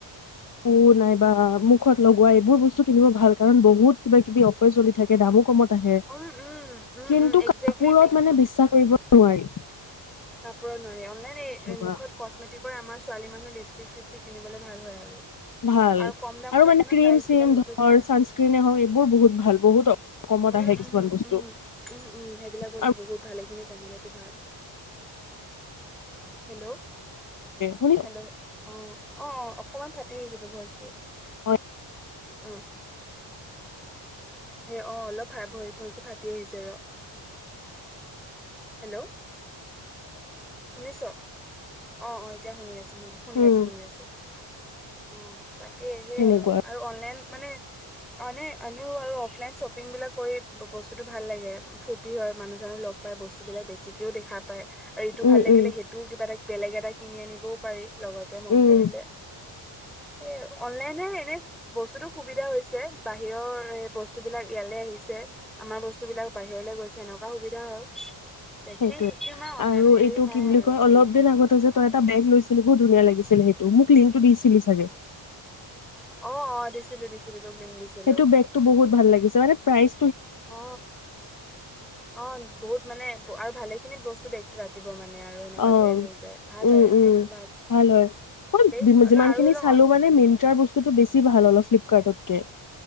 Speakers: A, on the left (about 40°); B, in the centre.
A: প নাইবা মুখত লগোৱা এইবোৰ বস্তু কিনিব ভাল কাৰণ বহুত কিবা কিবি অফাৰ চলি থাকে দামো কমত। থাকে।
B: উম উম উম
A: কিন্তু
B: উম একজেক্টলি
A: কাপোৰত মানে বিশ্বাস কৰিব নোৱাৰি।
B: কাপোৰ নোৱাৰি মানে
A: সেনেকুৱা
B: সেই মুখত কচমেটিক আমাৰ ছোৱালী মানুহ লিপষ্টিক চিপষ্টিক কিনিবলৈ ভাল হয়। আৰু
A: ভাল
B: আৰু কম দামত
A: আৰু মানে
B: আহে ন
A: ক্ৰীম
B: প্ৰাইচ
A: চিম
B: বিলাক সেইটো
A: ধৰ
B: ভাল
A: ছানস্ক্ৰিনে হওক এইবোৰ বহুত ভাল বহুত কমত
B: উম
A: আহে কিছুমান
B: উম
A: বস্তু
B: উম উম উম সেইবিলাক বস্তু
A: আৰু
B: বহুত ভালেখিনি কবলেটো ভাল হেল্ল'
A: শুনিছ
B: হেল্ল' অ অ অ অকমান ফাটি আহিছে তো ভইচটো
A: অ
B: অ এই অ অলপ ভাই ভইচজটো ফাটি আহিছে ৰ হেল্ল' শুনিছ অ অ এতিয়া শুনি আছো শুনি শুনি
A: উম
B: আছো শুনি আছো। অ তাক সেয়হে
A: সেনেকুৱা
B: আৰু অনলাইন মানে আনে আনেও আৰু অফলাইন শ্বপিংবিলাক কৰি বস্তুটো ভাল লাগে ফূৰ্তি হয় মানুহজানো লগ পায় বস্তুবিলাক বেছিকেও দেখা পায়। আৰু এইটো
A: উম
B: ভাল লাগিলে
A: উম
B: সেইটোও কিবা এটা বেলেগ এটা কিনি আনি দিবপাৰি লগতে মন
A: উম
B: কৰিলে এ অনলাইনে এনে বস্তুতো সুবিধা হৈছে বাহিৰৰ এ বস্তু বস্তু বিলাক ইয়ালে আহিছে আমাৰ বস্তু বিলাক বাহিৰলে গৈছে এনেকুৱা সুবিধা হয়। দেখি
A: সেইটোয়ে
B: শিকি ইমান অনলাইনৰ
A: আৰু
B: হেৰি
A: এইটো
B: নাই
A: কি বুলি
B: আৰু
A: কয়
B: পেজ
A: অলপ দিন
B: নাই
A: আগতে যে তই এটা বেগ লৈছিলে বহুত ধুনীয়া লাগিছিলে সেইটো মোক লিংকটো দিছিলি চাগে
B: অ অ দিছিলো দিছিলো। তোক লিংক দিছিলো
A: সেইটো বেগতটো বহুত ভাল লাগিছে মানে। প্ৰাইজ
B: অ অ বহুত মানে ভালে খিনি বস্তু বেগতটো আতিব মানে আৰু সেনেকুৱা
A: অ,
B: টাইপ হৈ যায় ভাল
A: উম
B: হয়
A: উম
B: বেগটো
A: ভাল হয়, মই
B: বেগ অলপ
A: যিমানখিনি
B: আৰু অলপ
A: চালো মানে মিন্ট্ৰাৰ বস্তুতটো বেছি ভাল, অলপ ফ্লপ কাটতকে